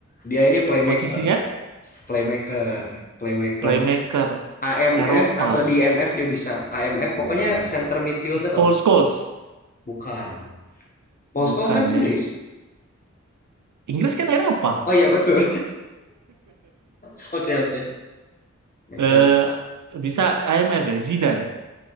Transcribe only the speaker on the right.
Posisinya
playmaker
Eropa.
Paul
Scholes.
Bukan
ya. Inggris kan Eropa.
Eh,
bisa IMF ya Zidane.